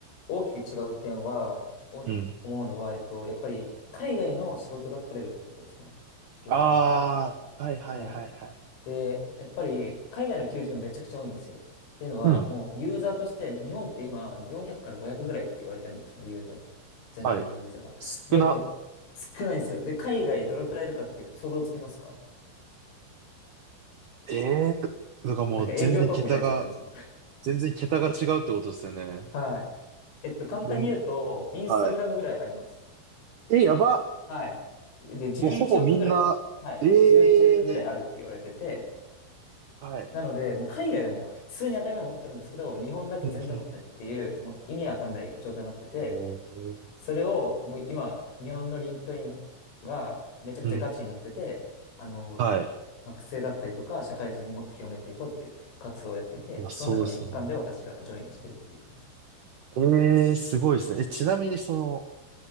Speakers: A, on the left; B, on the right.
A: 大きく違う点は、お、
B: うん。
A: 思うのは、えっと、やっぱり海外の仕事が取れるってとこですね。リンクトインは。
B: ああ、はいはいはいはい。
A: はい。で、やっぱり海外の求人がめちゃくちゃ多いんですよ。っていうのは、
B: うん。
A: もうユーザーとして、日本って今400から500ぐらいって言われてるんですね、ユーザーが。全体のユーザーが。
B: はい。
A: で、
B: 少な。
A: もう少ないんですよ。で、海外どれくらいいるかっていうと想像つきますか
B: ええ。だからもう全然桁が、
A: なんか営業トークみたいになっちゃってるんですけど。
B: 全然桁が違うってことですよね。
A: <laughs> はい。えっと、簡単に言うと、
B: どん。
A: インスタグラムぐらいあります。
B: はい。え、やば。
A: はい。で、11億ぐらい。
B: もうほぼみんな、
A: はい。
B: え
A: 11億ぐらいあるって言われてて、
B: えはい。
A: なので、もう海外でも普通に当たり前に持ってるんですけど、日本だけ全然持ってないっていう、
B: うんうん。
A: もう意味わかんない状態になってて、
B: ええ
A: それをもう今、日本のリンクトインがめちゃくちゃガチになってて、
B: うん。
A: あの、
B: はい。
A: 学生だったりとか、社会人にもっと広めていこうっていう活動をやっていて、
B: いや、
A: その中の一環で私がジョインしてるっていう感じです。
B: そうですもんね。ええすごいですね。え、ちなみにその、